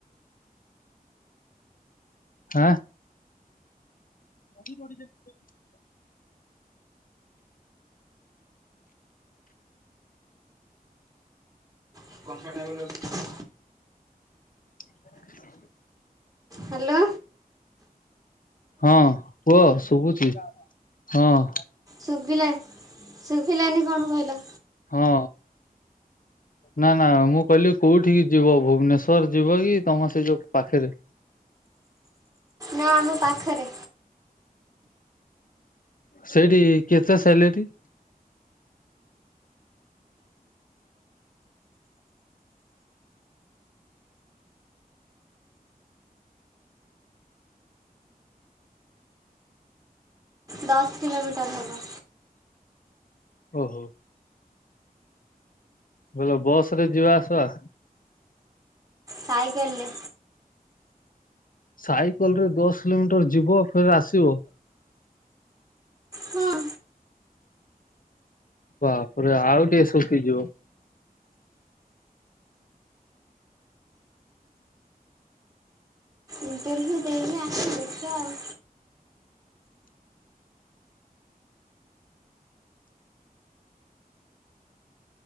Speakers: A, on the left; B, on the right.
A: ଆ। <unintelligible>
B: <unintelligible>
A: <inaudible>
B: ହାଲୋ।
A: ହଁ କୁଅ ଶୁବୁଚି ହଁ।
B: ଶୁଭିଲା ଶୁଭିଲାନି କଣ କହିଲ।
A: ହଁ। ନା ନା ମୁଁ କହିଲି କୋଉଠିିକି ଯିବ ଭୁବ୍ନେଶ୍ଵର୍ ଯିବ କି ତମ ସେ ଯୋଉ ପାଖେରେ।
B: ନା ଆମ ପାଖରେ।
A: ସେଇଠି କେତେ ସେଲେରି।
B: ଦଶ୍ କିଲୋମିଟର୍ ହେବ।
A: ଓହୋ। ବୋଲ ବସ୍ ରେ ଯିବା ଆସିବା।
B: ସାଇ କଲ୍ରେ।
A: ସାଇକଲ୍ ରେ ଦଶ୍ କିଲୋମିଟର୍ ଯିବ ଫେରେ ଆସିବ।
B: ହଁ।
A: ବାପ୍ରେ ଆଉ ଟିକେ ଶୁଖିଯିବ।
B: ଇଣ୍ଟର୍ଭିୟୁ ଦେଇନି ଆସ ଦେଖିଆ ଆଉ।